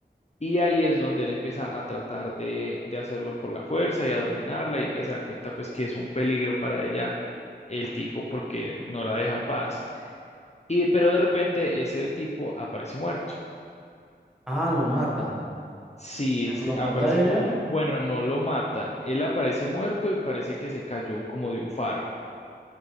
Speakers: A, on the left (about 40°); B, in the centre.
A: Y ahí es donde él empieza a tratar de, de hacerlo por la fuerza y a dominarla y ella se da cuenta pues que es un peligro para ella el tipo porque no la deja en paz. Y pero de repente ese tipo aparece muerto.
B: Ah, lo matan.
A: Sí,
B: ¿Pero
A: se-
B: lo mata
A: aparece
B: ella?
A: como, bueno, no lo matan. Él aparece muerto y parece que se cayó como de un faro.